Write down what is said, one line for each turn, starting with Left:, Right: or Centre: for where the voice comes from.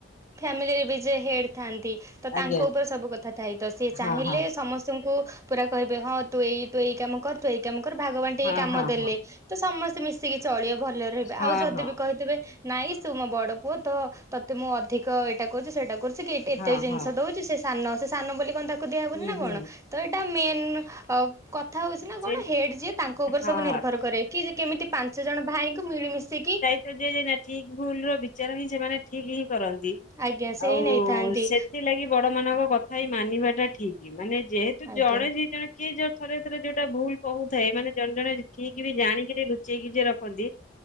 Right: ଫ୍ୟାମିଲି ରେ ବି ଯେ ହେଡ ଥାନ୍ତି। ତ ତାଙ୍କ
Left: ଆଜ୍ଞା
Right: ଉପରେ ସବୁ କଥା ଥାଇତ ସିଏ ଚାହିଁଲେ
Left: ହଁ ହଁ
Right: ସମସ୍ତଙ୍କୁ। ପୁରା କହିବେ ହଁ ତୁ ଏଇ ତୁ ଏଇ କାମ କର ତୁ ଏଇ କାମ କର ଭଗ ବାଣ୍ଟି
Left: ହଁ
Right: ହେଇ କାମ
Left: ହଁ
Right: ଦେଲେ।
Left: ହଁ
Right: ତ ସମସ୍ତେ ମିଶିକି ଚଳିବେ ଭଲରେ ରହିବେ
Left: ହଁ
Right: ଆଉ ଯଦି
Left: ହଁ
Right: ବି କହିଥିବେ ନାଇଁ ତୁ ମୋ ବଡ। ପୁଅ ତୋ ତତେ ମୁଁ ଅଧିକ ଏଇଟା କହୁଛି ସେଇଟା କରୁଛି କି ଏତେ
Left: ହଁ
Right: ଜିନିଷ
Left: ହଁ
Right: ଦଉଛି ସେ ସାନ‌ ସେ ସାନ ବୋଲି କଣ ତାକୁ ଦିଆ ହବନି
Left: ହୁଁ
Right: ନା କଣ
Left: ହୁଁ
Right: ତ ଏଟା ମେନ ଅ କ କଥା ହଉଛି ନା
Left: ସେ
Right: କଣ ହେଡ ଯିଏ ତାଙ୍କ ଉପରେ
Left: ହଁ
Right: ସବୁ
Left: ହଁ
Right: ନିର୍ଭର କରେ କି ଯେ କେମିତି ପାଞ୍ଚ ଜଣ ଭାଇଙ୍କୁ ମିଳିମିଶିକି।
Left: ତ ଯିଏ ଯିଏ ନା ଠିକ ଭୁଲ ର ବିଚାର ହିଁ ସେମାନେ ଠିକ ହିଁ କରନ୍ତି।
Right: ଆଜ୍ଞା ସେ
Left: ଆଉ
Right: ହିଁ ନେଇଥାନ୍ତି
Left: ସେଥିଲାଗି। ବଡ ମାନଙ୍କ କଥା ହି ମାନିବା ଟା ଠିକ୍ ମାନେ ଯେହେତୁ
Right: ଆଜ୍ଞା।
Left: ଜଣେ ଦି ଜଣେ କିଏ ଯୋଉ ଥରେ ଥରେ ଯୋଉ। ତା ଭୁଲ କହୁଥାଏ ମାନେ ଜଣେ ଜଣେ ଠିକି ବି ଜାଣିକିରି ଲୁଚେଇକି ଯିଏ ରଖନ୍ତି।